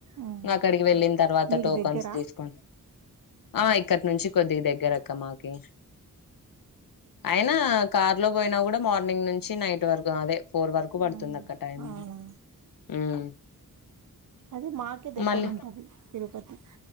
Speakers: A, on the right (about 65°); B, on the left (about 80°).
A: ఉమ్.
B: ఇంగ అక్కడికి వెళ్ళిన తర్వాత
A: మీకు
B: టోకన్స్
A: దగ్గరా
B: తీసుకోను ఆ ఇక్కటి నుంచి కొద్దిగ దగ్గర క్క మాకి అయినా కార్ లో పోయినా కూడా మార్నింగ్ నుంచి నైట్ వరకు అదే ఫోర్ వరకు పడుతుంది
A: ఆ
B: అక్క టైం
A: అవునా
B: ఉమ్
A: అది మాకే దెగ్
B: మళ్ళీ
A: గర ఉంటాది తిరుపతి